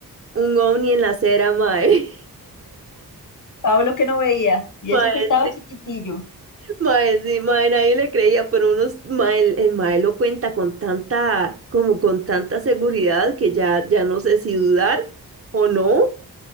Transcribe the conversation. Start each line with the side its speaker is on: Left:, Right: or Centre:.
Right: un ovni en la acera, mae.
Left: Pablo que no veía, y
Right: <laughs> Mae,
Left: eso que estaba chiquitillo.
Right: mae, sí, mae, nadie le creía, pero unos, mae, el, el mae lo cuenta con tanta, como con tanta seguridad que ya, ya no sé si dudar o no.